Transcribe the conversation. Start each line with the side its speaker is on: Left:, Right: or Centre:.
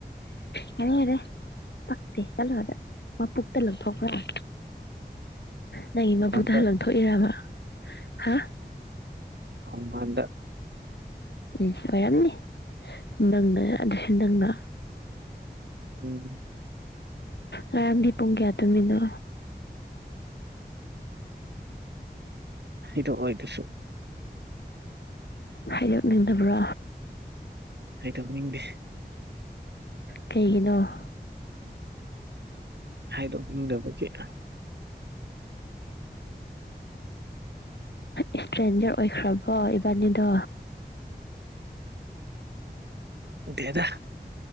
Left: ꯌꯥꯔꯦ ꯌꯥꯔꯦ ꯄꯛꯇꯦ ꯆꯠꯂꯣ ꯑꯗ ꯃ ꯄꯨꯛꯇ ꯂꯊꯣꯛꯈ꯭ꯔꯑꯣ ꯅꯪꯒꯤ ꯃꯕꯨꯛꯇ
Right: ꯃꯄꯥꯟꯗ
Left: ꯍꯜꯂ ꯊꯣꯛꯏꯔꯕ ꯍꯥ
Right: ꯈꯣꯡꯕꯥꯥꯟꯗ
Left: ꯎꯝ ꯑꯣꯏꯔꯝꯅꯤ ꯅꯪꯗ ꯑꯗꯨꯁꯨ ꯅꯪꯅ
Right: ꯎꯝ
Left: ꯔꯔꯝꯗꯤ ꯄꯨꯡ ꯀꯌꯥ ꯇꯃꯤꯅꯣ
Right: ꯍꯗ ꯑꯣꯏꯗꯨꯁꯨ
Left: ꯍꯥꯏꯗꯣꯛꯅꯤꯡꯗꯕ꯭ꯔꯣ
Right: ꯍ ꯇꯧꯅꯤꯡꯗꯦ
Left: ꯀꯩꯒꯤꯅꯣ
Right: ꯍꯥꯏꯗꯣꯛꯅꯤꯡꯗꯕꯒꯤ
Left: ꯏꯁꯇ꯭ꯔꯦꯟꯖꯔ ꯑꯣꯏꯈ꯭ꯔꯕꯣ ꯏꯕꯥꯅꯤꯗꯣ
Right: ꯗꯦꯗ